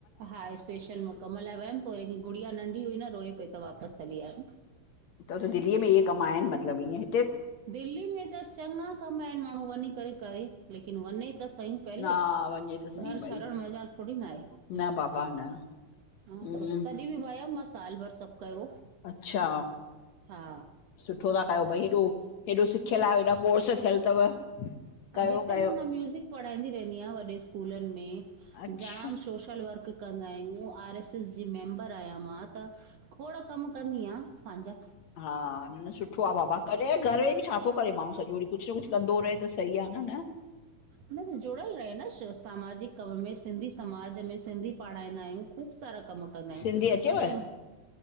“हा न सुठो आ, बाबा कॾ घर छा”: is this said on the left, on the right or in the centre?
Left